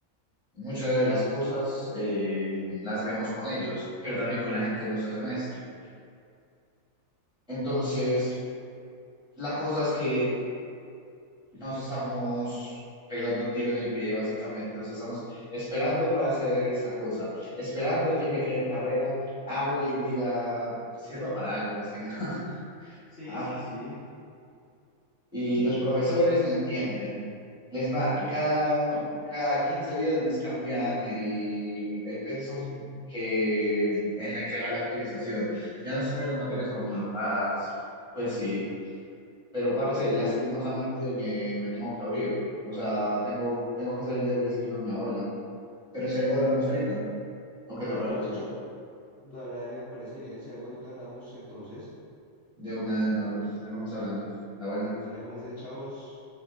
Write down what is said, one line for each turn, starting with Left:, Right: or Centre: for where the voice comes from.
Centre: muchas de las cosas eh, las vemos con ellos, pero también con la gente de nuestro semestre. Entonces, la cosa es que Nos estamos pegando un tiro en el pie, básicamente. O sea, estamos esperando para hacer esta cosa, esperando que el jefe de carrera hable y diga, sirva para algo, más que nada. <laughs>
Left: Sí,
Centre: Ay,
Left: sí, sí.
Centre: y los profesores no entienden. Les va, cada, cada 15 días les cambian el, el pensum que, en la que va la actualización. Ya no se saben las materias homologadas. Pues sí. Pero, parce, lastimosamente me, me tengo que abrir. O sea, tengo, tengo que hacerle el desayuno a mi abuela. Pero si algo hablamos ahorita. ¿O qué
Left: No,
Centre: te parece?
Left: dale, Chicho, dale, dale, me parece bien. Si algo ahorita hablamos entonces.
Centre: De una, de una, bro. Ahí vamos hablando. La buena.
Left: Dale, Juanse, chavos.